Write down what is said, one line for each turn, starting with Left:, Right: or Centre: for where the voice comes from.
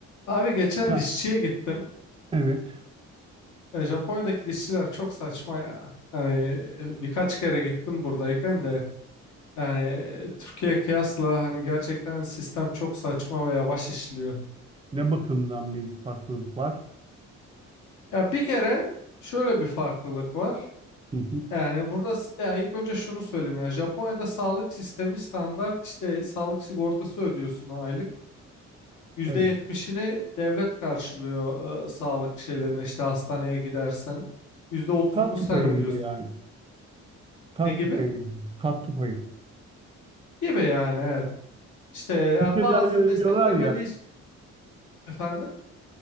Left: Abi geçen
Right: Ya
Left: dişçiye gittim.
Right: evet.
Left: E, Japonya'daki dişçiler çok saçma ya. Hani e, birkaç kere gittim buradayken de yani Türkiye kıyasla hani gerçekten sistem çok saçma ve yavaş işliyor.
Right: Ne bakımdan bir farklılık var?
Left: Ya bir kere şöyle bir farklılık var.
Right: Hı hı.
Left: Yani burada s- ya ilk önce şunu söyleyeyim ya Japonya'da sağlık sistemi standart işte sağlık sigortası ödüyorsun aylık. yüzde
Right: Evet.
Left: yetmişini devlet karşılıyor e, sağlık şeylerine işte hastaneye gidersen. yüzde otuzunu
Right: Katkı
Left: sen
Right: payı
Left: ödüyorsun.
Right: gibi yani. Katkı
Left: Ne gibi?
Right: payı gibi. Katkı payı.
Left: Gibi yani evet. İşte yani
Right: Türkiye'de
Left: bazı
Right: hani öyle
Left: desteklemediği
Right: diyorlar ya.
Left: iş- efendim.